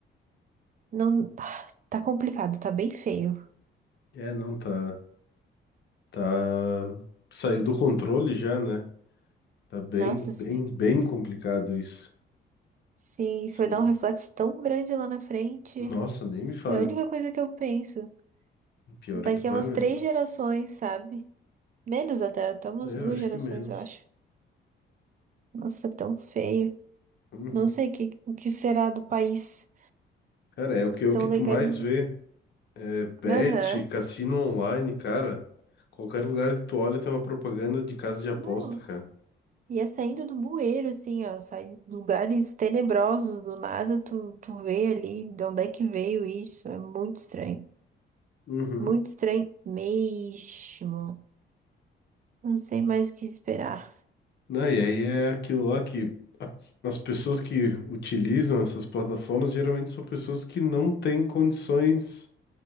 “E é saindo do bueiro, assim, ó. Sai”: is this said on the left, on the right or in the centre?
Right